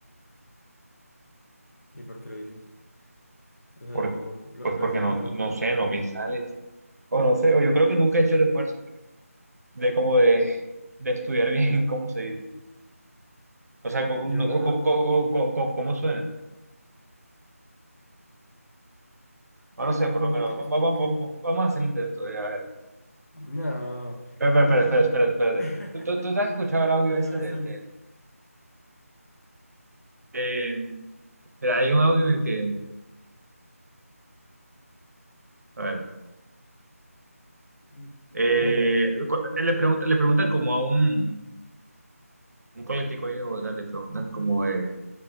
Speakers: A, on the left; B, on the right.
A: ¿y por qué lo dices? O sea,
B: Por,
A: no, ¿lo,
B: pues
A: lo
B: porque
A: has intentado
B: no,
A: alguna
B: no sé,
A: vez?
B: no me sale. O no sé, o yo creo que nunca he hecho el esfuerzo de como de, de estudiar bien <laughs> cómo se dice. O sea, cómo,
A: Yo
B: no,
A: la
B: o
A: verdad
B: cómo,
A: tampoco
B: cómo-
A: siento.
B: cómo- cómo- cómo suena. O
A: Pues,
B: no sé,
A: pues
B: por lo
A: mira
B: menos.
A: que yo
B: va-
A: siento
B: va- va-
A: que...
B: va- Vamos a hacer el intento. eh, A ver.
A: No,
B: Espera,
A: no.
B: espera, espera, espera, espera.
A: <laughs>
B: espérate. ¿Tú, tú, tú te has escuchado el audio
A: A mí
B: ese
A: no me
B: del,
A: sale.
B: del, em, Mira, hay un audio en el que, a ver,
A: Mm, La
B: eh,
A: verdad, los...
B: cu- eh, le pregunta- le preguntan como a un, un político ahí de Bogotá, le preguntan como, eh,